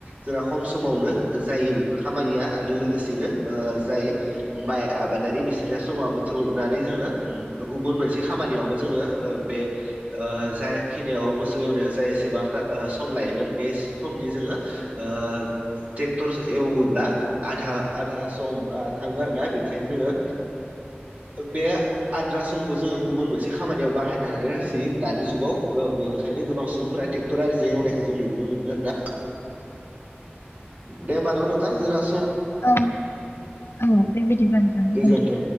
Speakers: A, on the right; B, on the left.
A: जोंना खम समावनो जायो बेफोर खामानिया आरो लोगोसेनो ओ जाय माइ आबादारि बिसोरना समावबो थौनानै जोङो गुबुन मोनसे खामानियावबो जोङो ओ बे ओ जायखिनियाव मोसौ एवनायाव जायसेबांथा सम लायोमोन बे समनि जोङो ओ ट्रेक्टर एवोब्ला आधा आधा सम आ थाङो आरोना बेनिखायनो जोङो बे आद्रा समखौ जोङो गुबुन मोनसे खामानियाव बाहायनो हानाया बायसि दानि जुगाव बेनिखायनो ओ गोबां सुबुंफोराे टेक रायजो एवनायखौ जों नुनो मोनो आरोना दे मानाव नोंथा जों
B: औ औ दे बिदिब्ला नोंथां
A: गोजोन्थों।